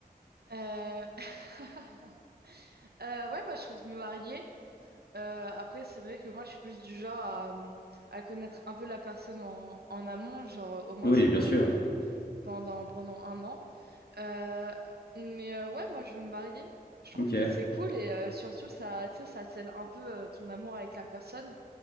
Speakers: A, on the right (about 80°); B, on the left (about 80°).
A: Euh, <laughs> euh, ouais, moi, je compte me marier. Euh, après, c'est vrai que moi, je suis plus du genre à, euh, à connaître un peu la personne en, en amont, genre euh, au moins
B: Oui,
A: se fréquenter
B: bien sûr.
A: euh, pendant, pendant un an. Euh, mais euh, ouais, moi, je veux me marier. Je trouve
B: Ok,
A: que c'est cool et euh, surtout, ça, tu sais, ça scelle un peu euh, ton amour avec la personne.